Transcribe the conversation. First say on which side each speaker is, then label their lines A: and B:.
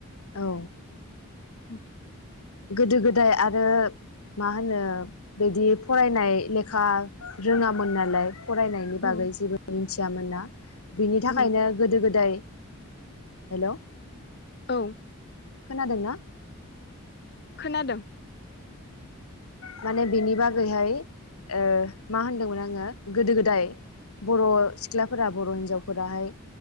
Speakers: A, on the left (about 85°); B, on the left (about 45°).
A: औ
B: ओम
A: गोदो गोदाय आरो मा होनो बिदि फरायनाय लेखा रोङामोन नालाय फरायनायनि
B: औ
A: बागै जेबो मिथियामोना बिनि थाखायनो
B: औ
A: गोदो गोदाय हेलौ
B: औ
A: खोनादोंना
B: खोनादों
A: माने बिनि बागैहाय ओ‌ मा होनदोंमोन आङो गोदो गोदाय बर' सिख्लाफोरा बर' हिनजावफोराहाय